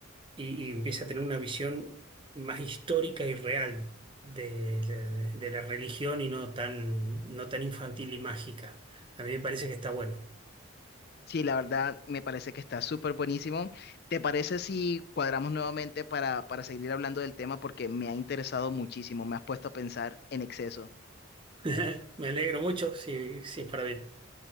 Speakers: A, on the right; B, on the left.
A: y, y empiece a tener una visión más histórica y real de la, de la religión y no tan, no tan infantil y mágica. A mí me parece que está bueno.
B: Sí, la verdad me parece que está súper buenísimo. ¿Te parece si cuadramos nuevamente para, para seguir hablando del tema? Porque me ha interesado muchísimo, me has puesto a pensar en exceso.
A: <laughs> Me alegro mucho si, si es para bien.